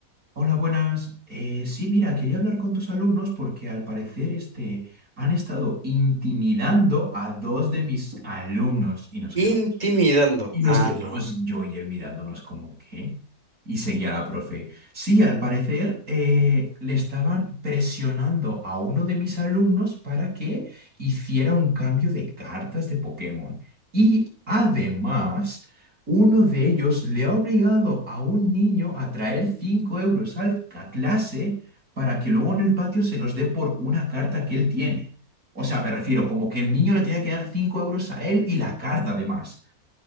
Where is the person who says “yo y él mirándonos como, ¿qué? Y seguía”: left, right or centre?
Right